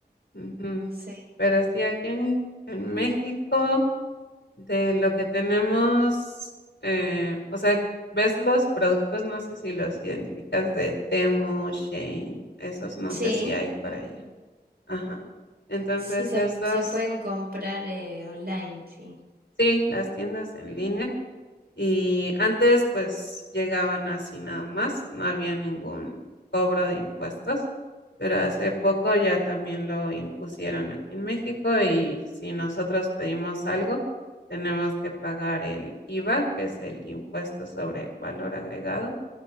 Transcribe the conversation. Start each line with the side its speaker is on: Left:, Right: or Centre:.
Left: Ujú.
Right: sí.
Left: Pero sí, aquí en, en México, de lo que tenemos, eh, o sea, ves los productos, no sé si los identificas de Temu, Shein, esos no
Right: Sí,
Left: sé si hay por allá. Ajá. Entonces,
Right: sí, se,
Left: esos
Right: se pueden comprar eh, online, sí.
Left: Sí, las tiendas en línea. Y antes pues llegaban así nada más, no había ningún cobro de impuestos, pero hace poco ya también lo impusieron aquí en México y si nosotros pedimos algo, tenemos que pagar el IVA, que es el impuesto sobre el valor agregado,